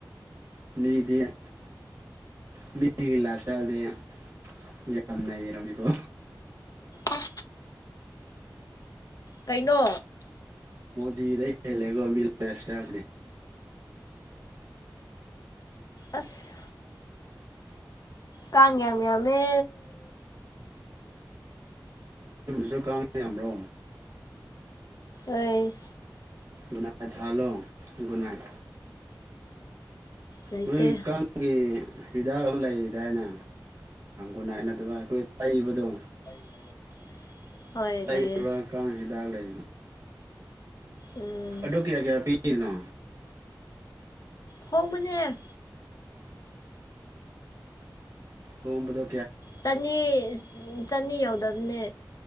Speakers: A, on the right (about 40°); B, on the left (about 55°).
A: ꯂꯤꯗ ꯃꯤ ꯂꯁꯗꯤꯦ ꯌꯥ ꯌꯦꯔꯝꯃꯤꯀꯣ
B: ꯑꯣ ꯀꯩꯅꯣ
A: ꯗꯩ ꯍꯦꯂꯒꯣ ꯂꯥꯏꯐꯇ
B: ꯑꯁ ꯀꯥ ꯉꯌꯥꯥꯡꯌꯥꯃꯦ
A: ꯁꯨ ꯀꯥꯡꯉ ꯌꯥꯝꯕ꯭ꯔꯣ
B: ꯑꯦ
A: ꯨꯅꯥꯏ ꯊ ꯍꯜꯂꯣ ꯒꯨꯅꯥꯏꯠ
B: ꯂꯩꯇꯦ
A: ꯃꯤꯣꯏ ꯀꯦ ꯍꯤꯗꯥꯛ ꯂꯩꯗꯥꯏꯅꯦ ꯨꯅꯥꯏ ꯅꯠꯇꯕ ꯑꯩꯈꯣꯏ ꯂꯩꯏꯕꯗꯣ
B: <inaudible> ꯍꯣꯏ
A: ꯇ
B: ꯂꯩꯌꯦ
A: ꯀ ꯍꯗꯒ ꯂꯩ
B: ꯎꯝ
A: ꯑꯗꯨ ꯀꯌꯥ ꯀꯌꯥ ꯄꯤꯔꯤꯅꯣ
B: ꯐꯣꯡ ꯃꯅꯦ
A: ꯑꯣꯝꯕꯗ
B: ꯆꯅꯤ ꯆꯅꯤ ꯌꯧꯗꯕꯅꯦ